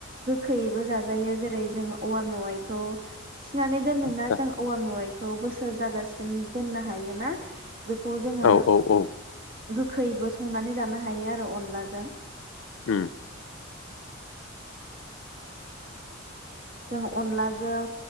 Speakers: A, on the right; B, on the left.
A: गोखैयैबो जाजायो जेरै- जोङो औवा मेवाइखौ थिनानै दोनोना
B: आदसा
A: जों औवा मेवाइ खौ बोसोर जाजासिम दोननो हायो ना बेखौ जोङो
B: औ औ औ
A: गोखैयैबो संनानै जानो हायो आरो अनलाजों
B: होम
A: जों अनलाजों